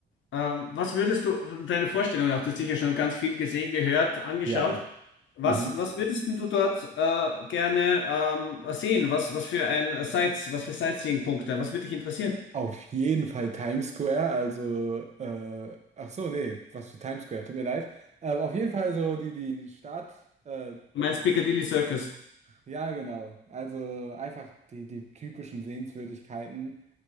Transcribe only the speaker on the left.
Ähm, was würdest du, deine Vorstellung nach, du hast sicher schon ganz viel gesehen, gehört, angeschaut.
Was,
was würdest denn du dort äh, gerne ähm, sehen? Was, was für ein Sights, was für Sightseeing-Punkte? Was würde dich interessieren?
Du meinst Piccadilly Circus?